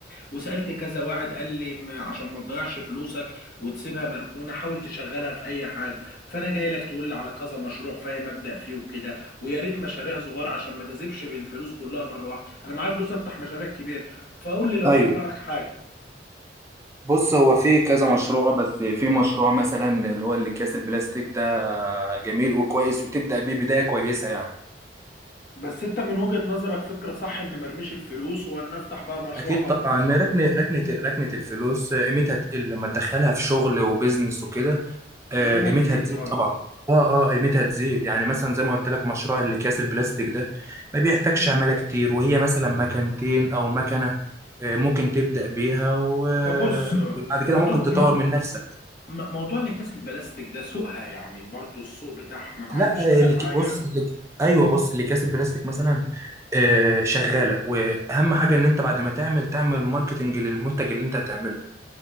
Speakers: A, on the left; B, on the right.
A: وسالت كذا واحد قال لي م- عشان ما تضيعش فلوسك وتسيبها مركونه حاول تشغلها في اي حاجه فانا جاي لك تقول لي على كذا مشروع فاهم ابدا فيه وكده ويا ريت مشاريع صغيره عشان ما جذبش في الفلوس كلها مره واحده انا معايا فلوس افتح مشاريع كبيره فقول لي لو
B: ايوه
A: في دماغك حاجه
B: بص هو في كذا مشروع بس في مشروع مثلا اللي هو الاكياس البلاستيك ده جميل وكويس وتبدا بيه بدايه كويسه يعني
A: بس انت من وجهة نظرك فكرة صح ان مرميش الفلوس وان نفتح بقى مشروع
B: اكيد طبعا
A: افضل صح
B: ركنه ركنه ركنه الفلوس قيمتها تقل لما تدخلها في شغل وبزنس وكده آه،
A: القيمة
B: قيمتها
A: تزيد
B: تزيد
A: اه
B: طبعا اه اه قيمتها تزيد يعني مثلا زي ما قلت لك مشروع الاكياس البلاستيك ده ما بيحتاجش عماله كتير وهي مثلا مكانتين او مكنه آه، ممكن تبدا بيها و-
A: طب بص
B: وبعد كده
A: ما
B: ممكن
A: تو...
B: تطور
A: ما...
B: من نفسك
A: ما- موضوع اللي كاس البلاستيك ده سوقها يعني برضو السوق بتاعها ما انا عايز
B: لا
A: اشتغل
B: اللي
A: حاجة
B: ك- بص اللي ك- ايوه بص اللي كاسب بلاستيك مثلا آه، شغاله واهم حاجه ان انت بعد ما تعمل تعمل ماركتنج للمنتج اللي انت هتعمله